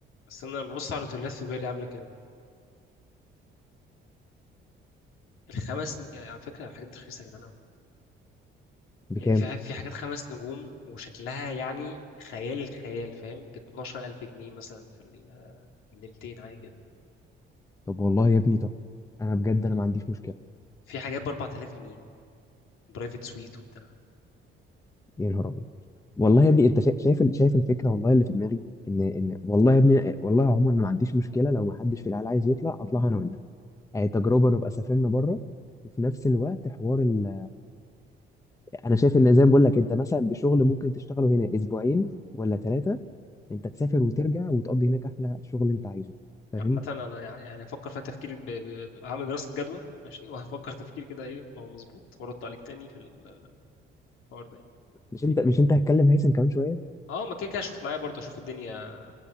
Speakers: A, on the left; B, on the left.
A: بس انا لما ببص على الاوتيلات في بالي عاملة كام الخمس يعني على فكرة الحاجات دي رخيصة يا جدعان قوي
B: بكام
A: يعني في ح- في حاجات خمس نجوم وشكلها يعني خيال الخيال فاهم ب 12000 جنيه مثلا في ال- الليلتين حاجة كده
B: طب والله يا ابني تحفه انا بجد انا ما عنديش مشكله
A: في حاجات ب 4000 جنيه برايفت سويت وبتاع
B: يا نهار ابيض والله يا ابني انت شا- شايف ال- شايف الفكره والله اللي في دماغي ان ان والله يا ابني والله يا عمر انا ما عنديش مشكله لو ما حدش في العيله عايز يطلع اطلع انا وانت آه، تجربه نبقى سافرنا بره وفي نفس الوقت حوار ال... انا شايف ان زي ما بقول لك انت مثلا بشغل ممكن تشتغله هنا اسبوعين ولا ثلاثه انت تسافر وترجع وتقضي هناك احلى شغل انت عايزه فاهم
A: عامة أنا يع- يعني هفكر فيها تفكير ب... ب... ب- هعمل دراسة جدوى ماشي وهفكر تفكير كده إيه ما هو مظبوط وأرد عليك تاني في الحوار ده يعني
B: مش انت مش انت هتكلم هيثم كمان شويه
A: أه ما كده كده أشوف معايا برضه أشوف الدنيا